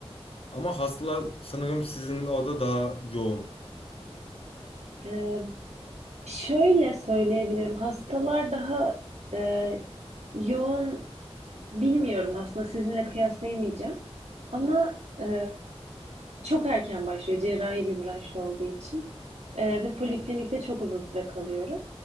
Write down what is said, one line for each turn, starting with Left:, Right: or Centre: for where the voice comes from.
Left: Ama hastalar sanırım sizin orada daha yoğun.
Right: Ee, şöyle söyleyebilirim. Hastalar daha e, yoğun bilmiyorum aslında sizinle kıyaslayamayacağım. Ama e, çok erken başlıyor cerrahi bir branş olduğu için. E, ve poliklinikte çok uzun süre kalıyoruz.